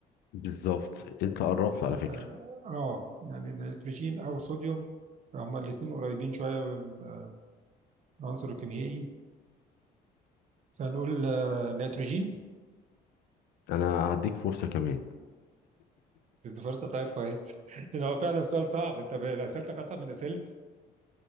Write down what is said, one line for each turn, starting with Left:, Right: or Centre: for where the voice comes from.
Left: بالظبط انت قربت على فكره
Right: اه آه، يعني نيتروجين او صوديوم فهما الاتنين قريبين شوية من آه، العنصر الكيميائي فنقول آه، نيتروجين
Left: انا هديك فرصه كمان
Right: دي فرصة طيب كويس <laughs> لأن هو فعلا سؤال صعب انت ب- أسئلتك أصعب من أسئلتي